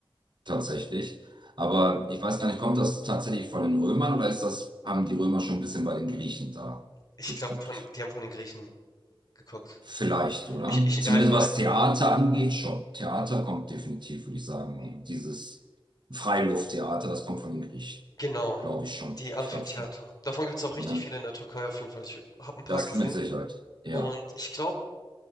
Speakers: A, on the right; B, on the left.
A: tatsächlich. Aber ich weiß gar nicht, kommt das tatsächlich von den Römern oder ist das, haben die Römer schon ein bisschen bei den Griechen da
B: Ich
A: geguckt?
B: glaube, von, die haben von den Griechen geguckt.
A: Vielleicht, oder?
B: Ich, ich,
A: Zumindest
B: ja, ich meine,
A: was Theater angeht, schon. Theater kommt definitiv, würde ich sagen. Dieses Freilufttheater, das kommt von den Griechen.
B: genau,
A: Glaube ich schon.
B: die Amphitheater.
A: Ich glaube schon.
B: Davon gibt es auch richtig
A: Ne?
B: viele in der Türkei auf jeden Fall. Ich habe ein paar
A: Das
B: gesehen.
A: mit Sicherheit. Ja.
B: Und ich glaube,